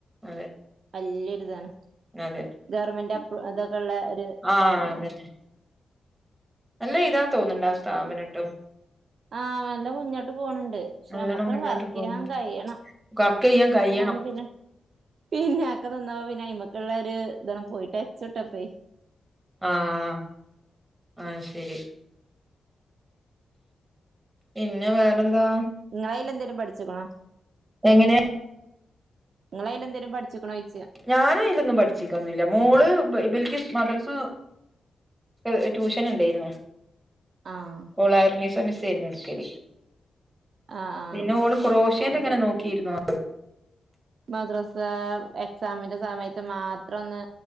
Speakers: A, on the right; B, on the right.
A: അതെ
B: വല്യൊരിതാണ്
A: അതെ
B: ഗവർമെന്റ് അപ്രു അതൊക്കെള്ള ഒരു സ്ഥാപന
A: ആഹ് അതന്നെ നല്ല ഇതാ തോന്നണ്ട ആ സ്ഥാപനട്ടോ
B: ആഹ് നല്ല മുന്നോട്ട് പോണിണ്ട് പക്ഷെ
A: നല്ലോണം
B: നമ്മക്ക
A: മുന്നോട്ട്
B: വർക്കെയ്യാൻ
A: പോകുന്നുണ്ട്
B: കയിയണം
A: വർക്ക് ചെയ്യാൻ കഴിയണം
B: ഒന്ന് പിന്നെ പിന്നെ ആക്കെ നന്നാപിന്നെ അയ്മക്കള്ളൊരു ഇതണ് പോയിട്ട് ടച്ചൂടപ്പേ
A: ആഹ് ആഹ് ശരി പിന്നെ വേറെന്താ
B: ഇങ്ങള് അയില് എന്തേലും പഠിച്ചിക്കണോ
A: എങ്ങനാ
B: ഇങ്ങൾ അയിലെന്തേലു പഠിച്ചിക്കണോയ്ച്ചയ
A: ഞാന് അയ്ലൊന്നും പഠിച്ചിക്കൊന്നുല്ല മോള് ഇവൽക്ക് മദ്രസ ഏഹ് ട്യൂഷനൊണ്ടേയ്നു
B: ആഹ്
A: ഓള് <unintelligible> മിസ് ആയിരുന്നു എടുക്കല്
B: ആഹ് ആഹ്
A: പിന്നെ ഓള് ക്രോഷ്യന്റിങ്ങനെ
B: അത് ചെറുത്
A: നോക്കിയിരുന്നു
B: മദ്രസ എക്സാമിന്റെ സമയത്ത് മാത്രം ഒന്ന്